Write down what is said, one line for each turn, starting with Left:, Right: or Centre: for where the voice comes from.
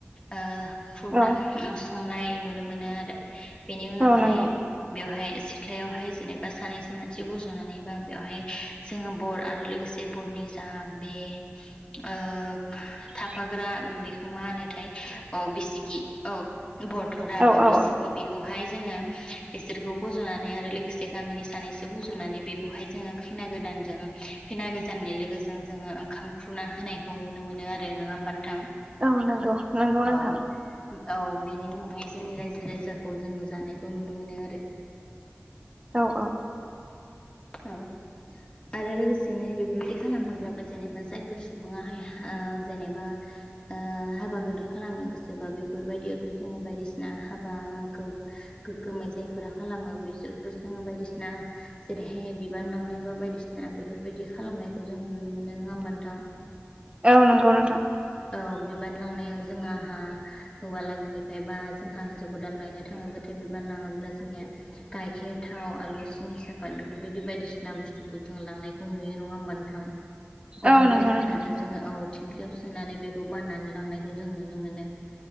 Left: ओ खुरना
Right: औ
Left: उम संनाय नुनो मोनो आरो बेनि उनावहाय
Right: औ नंगौ
Left: बेवहाय बेवहाय जेनेबा सानैसो मानसि फजनानै बा बेवहाय जोंङो बर आरो लोगोसे बरनि जा बे ओ
Right: <inaudible>
Left: थाफाग्रा बेखौ मा होनोथाय औ बिसिखि औ बरथरा
Right: औ
Left: बा
Right: औ
Left: बिसिखि
Right: औ
Left: बेखौ हाय जोंङो बिसोरखौ फजनानै आरो लो गोसे गामिनि सानैसो फुजुनानै बेखौहाय जोंङो खैना गोदानजों खैना गोजाननि लोगोजों जोंङो ओंखाम खुना होनायखौ नुनो मोनो आरो नोंङा होनबा नोंथां
Right: औ नंगौ नंगौ नोंथां
Left: औ औ बेनि उनावहाय जोंनि रायजो राजाखौ जों जानायखौ नुनो मोनो आरो
Right: औ औ
Left: औ आरो लोगोसेनो बेफोरबायदि खालामाब्लाबो जेनेबा जायफोर सुबुंङाहाय ओ जेनेबा ओ हाबा गिदिर खालामनो गोसोबा बेफोरबायदि जोंङो बायदिसिना हाबाखौ गोग्गोमै जायफोरा खालामो बिसोरखौ जोंङो बायदिसिना ए बिबान लांनाय बा बायदिसिना बेफोरबायदि खालामनायखौ जों नुनो मोनो नंङा होनबा नोंथां
Right: औ नोंगौ नों
Left: औ बिबार लांनायाव जों हा हौवालागोनिफ्राय बा जोंहा हिन्जाव गोदान लायनो थांङोब्लाथाय बिबान लांङोब्ला जोंनिया गाइखेर थाव, आलु, सिंनि‌, साफ फाद बेफोरबायदि बायदिसिना बुस्थुखौ जों लांनायखौ नुयो नंङा होमबा नोंथां गनावहाय
Right: औ नंगौ
Left: खानानै
Right: नोंथां
Left: जोंङो औ थिंख्लयाव सोनानै बेखौ बाननानै लांनाय खौ जों नुनो मोनो।